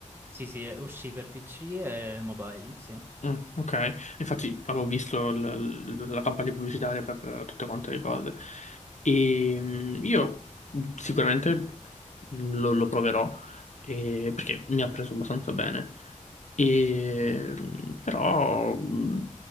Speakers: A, on the right (about 15°); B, on the left (about 65°).
A: sì, sì, uscì per PC e mobile, sì.
B: Mm, ok, infatti avevo visto l- l- la campagna pubblicitaria per eh, tutte quante le cose. E mm, io mm, sicuramente lo, lo proverò eh, perché mi ha preso abbastanza bene. E, mh, però mh,